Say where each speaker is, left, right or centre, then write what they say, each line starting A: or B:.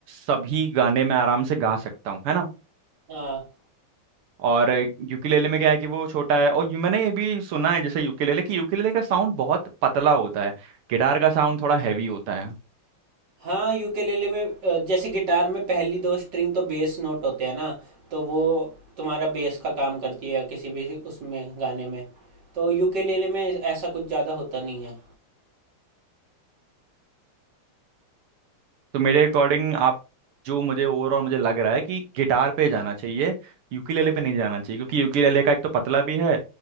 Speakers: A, on the right; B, on the right.
A: सभी गाने में आराम से गा सकता हूँ है ना
B: हाँ
A: और यूकेलेले में क्या है कि वो छोटा है और यू मैंने ये भी सुना है जैसे यूकेलेले कि यूकेलेले का साउंड बहुत पतला होता है गिटार का साउंड थोड़ा हैवी होता है
B: हाँ यूकेलेले में अ, जैसे गिटार में पहली दो स्ट्रिंग तो बेस नोट होते हैं ना तो वो तुम्हारा बेस का काम करती है या किसी भी उसमें गाने में तो यूकेलेले में ऐसा कुछ ज़्यादा होता नहीं है
A: तो मेरे अकॉर्डिंग आप जो मुझे ओवरऑल मुझे लग रहा है कि गिटार पे जाना चाहिए यूकेलेले पे नहीं जाना चाहिए क्योंकि यूकेलेले का एक तो पतला भी है